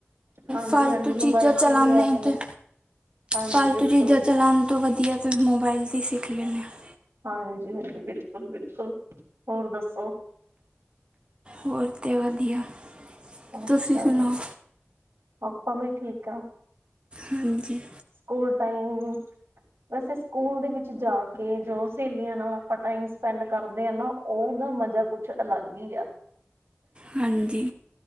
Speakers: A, on the right (about 85°); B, on the right (about 25°).
A: ਹਾਂਜੀ-ਹਾਂਜੀ
B: ਫਾਲਤੂ ਚੀਜ਼ਾਂ
A: ਮੋਬਾਇਲ
B: ਚਲਾਨੇ
A: ਤੇ ਵੀ ਐਪ
B: ਆਂ
A: ਨੇ
B: ਤੇ।
A: ਹਾਂਜੀ
B: ਫਾਲਤੂ
A: ਬਿਲਕੁਲ-ਬਿਲਕੁਲ
B: ਚੀਜਾਂ ਚਲਾਨ ਤੋਂ ਵਧੀਆ ਤਾਂ ਮੋਬਾਇਲ ਦੀ ਹੀ ਸਿੱਖ ਲੈਂਨੇ ਆਂ।
A: ਹਾਂਜੀ-ਹਾਂਜੀ, ਬਿਲਕੁਲ-ਬਿਲਕੁਲ, ਹੋਰ ਦੱਸੋ।
B: ਹੋਰ ਤੇ ਵਦੀਆ
A: ਅੱਛਾ
B: ਤੁਸੀ ਸੁਣਾਓ,
A: ਆਪਾਂ ਵੀ ਠੀਕ ਆ
B: ਹਾਂਜੀ।
A: ਸਕੂਲ ਟਾਈਮ ਵੈਸੇ ਸਕੂਲ ਦੇ ਵਿੱਚ ਜਾ ਕੇ ਜੋ ਸੇਲੀਆਂ ਨਾਲ ਆਪਾਂ ਟਾਈਮ ਸਪੈਂਡ ਕਰਦੇ ਆਂ ਨਾਂ ਔ ਦਾ ਮਜਾ ਕੁੱਛ ਅਲੱਗ ਈ ਆ।
B: ਹਾਂਜੀ।